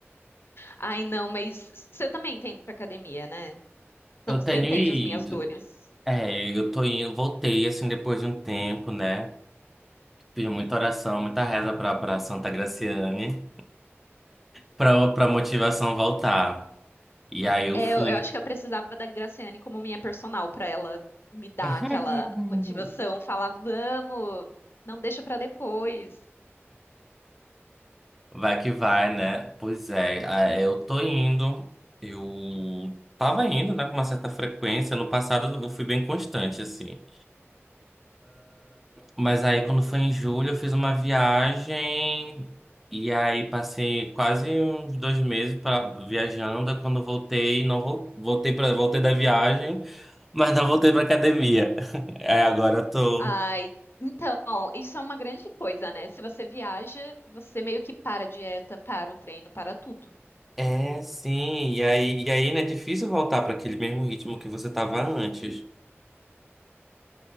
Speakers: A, on the left; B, in the centre.
A: Ai, não, mas você também tá indo pra academia, né? Então
B: Eu
A: você
B: tenho
A: entende
B: ido.
A: as minhas dores.
B: É, eu tô indo, voltei assim depois de um tempo, né? Fiz muita oração, muita reza pra, pra Santa Graciane, pra, pra motivação voltar. E aí eu
A: É,
B: fui.
A: eu, eu acho que eu precisava da Graciane como minha personal pra ela me dar
B: <laughs>
A: aquela motivação, falar, vamos, não deixa pra depois.
B: Vai que vai, né? Pois é, ah, eu tô indo. Eu tava indo, né, com uma certa frequência. No passado eu fui bem constante, assim. Mas aí quando foi em julho eu fiz uma viagem e aí passei quase uns dois meses pra, viajando. Aí Quando voltei, não vol- voltei para voltei da viagem, mas não voltei pra academia. <laughs> É, agora eu tô.
A: Ai, então, isso é uma grande coisa, né? Se você viaja, você meio que para a dieta, para o treino, para tudo.
B: É, sim. E aí, e aí, né, é difícil voltar para aquele mesmo ritmo que você tava antes.